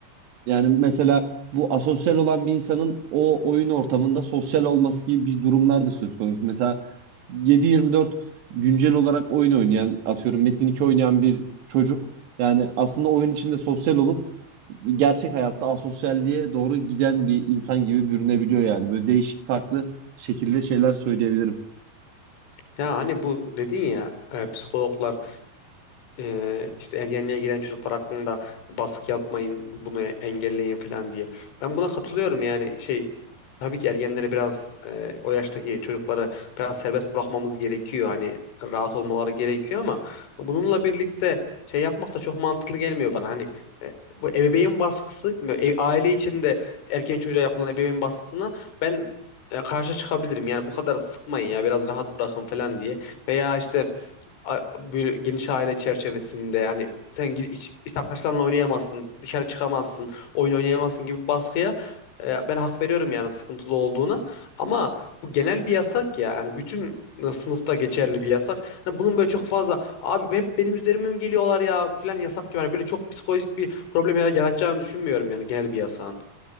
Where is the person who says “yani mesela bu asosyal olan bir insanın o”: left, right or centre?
Right